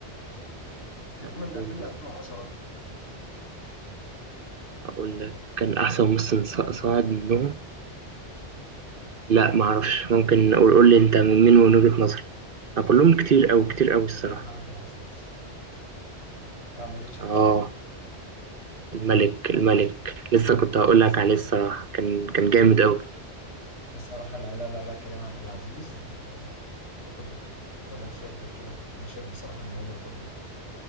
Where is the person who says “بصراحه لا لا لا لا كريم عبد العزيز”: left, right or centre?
Left